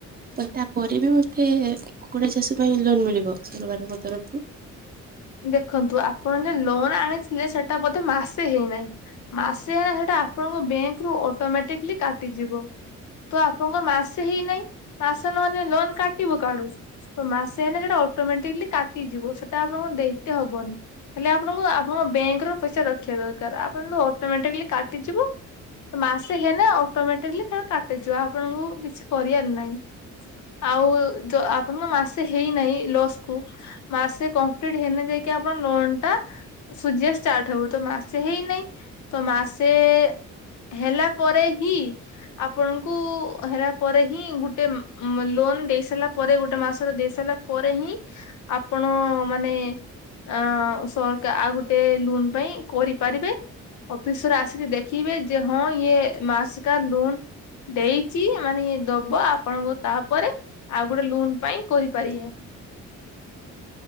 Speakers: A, on the right; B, on the left.
A: ତ ତାପରେ ବି ମୋତେ କୁକୁଡା ଚାଷ ପାଇଁ ଲୋନ୍ ମିଳିବ ସରକାରଙ୍କ ତରଫରୁ?
B: ଦେଖନ୍ତୁ ଆପଣ ଯେ ଲୋନ ଆଣିଥିଲେ ସେଟା ବୋଧେ ମାସେ ହେଇନାହିଁ। ମାସେ ହେଲା ସେଟା ଆପଣଙ୍କ ବ୍ୟାଙ୍କ ରୁ ଅଟୋମେଟିକଲି କାଟିଯିବ। ତ ଆପଣଙ୍କ ମାସେ ହେଇନାହିଁ ମାସ ନହେଲେ ଲୋନ କାଟିବୁ କାଆଡୁ। ତ ମାସେ ହେଲେ ସେଟା ଅଟୋମେଟିକଲି କାଟିଯିବ ସେଟା ଲୋନଦେଇତେ ହବନି। ହେଲେ ଆପଣଙ୍କୁ ଆପଣଙ୍କ ବ୍ୟାଙ୍କରୁ ପଇସା ରଖିବା ଦରକାର। ଆପଣ ତ ଅଟୋମେଟିକଲି କାଟିଯିବ। ମାସେ ହେଲେ ଅଟୋମେଟିକଲି କାଟିଯିବ ଆପଣଙ୍କୁ କିଛି କରିବାର ନାହିଁ। ଆଉ ଆପଣଙ୍କ ମାସେ ହେଇନାହିଁ ଲସ୍ କୁ ମାସେ କ ମ୍ପ୍ଲିଟ୍ ହେଲେ ଯାଇକି ଆପଣ ଲୋନ୍ ଟା ସୁଜିବା ଷ୍ଟାର୍ଟ ହବ, ତ ମାସେ ହେଇନାହିଁ ତ ମାସେ ହେଲା ପରେ ହିଁ ଆପଣଙ୍କୁ ହେଲା ପରେ ହିଁ ଗୋଟେ ଲୋନ ଦେଇ ସାରିଲା ପରେ ଗୋଟେ ମାସର ଦେଇ ସାରିଲା ପରେ ହିଁ ଆପଣ ମାନେ ଅ ସରକା ଆଉ ଗୋଟେ ଲୋନ ପାଇଁ କରିପାରିବେ। ଅଫିସର ଆସିକି ଦେଖିବେ ଯେ ହଁ ଇଏ ମାସିକା ଲୋନ୍ ଦେଇଛି ମାନେ ଇଏ ଦବ ଆପଣଙ୍କୁ ତାପରେ ଆଉ ଗୋଟେ ଲୋନ୍ ପାଇଁ କରିପାରିଆ।